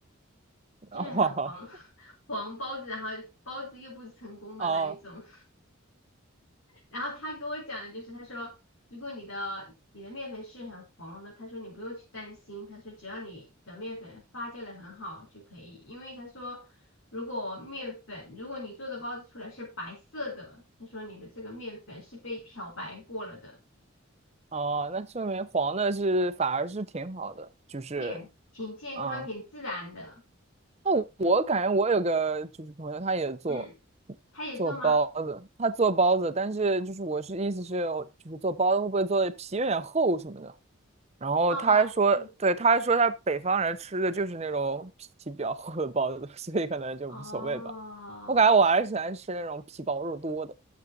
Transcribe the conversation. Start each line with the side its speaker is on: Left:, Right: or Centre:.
Right: <laughs>
Left: 就是很黄
Right: 哦
Left: <laughs> 黄包子，然后包子又不成功的那一种。
Right: 哦
Left: 然后他给我讲的就是，他说如果你的你的面粉是很黄的，他说你不用去担心，他说只要你的面粉发酵的很好就可以，因为他说如果面粉如果你做的包子出来是白色的，他说你的这个面粉是被漂白过了的，
Right: 哦，那说明黄的是反而是挺好的，就是
Left: 对，挺健康挺自然的。
Right: 啊。那我感觉我有个就是朋友，他也做
Left: 嗯，他也做吗？
Right: 做包子，他做包子，但是就是我是意思是我就是做包子会不会做的皮有点厚什么的？然后他还说，
Left: 哦，对，
Right: 对，他还说他北方人吃的就是那种皮比较厚的包子，<laughs> 所以可能就无所谓吧。
Left: 哦，
Right: 我感觉我还是喜欢吃那种皮薄肉多的。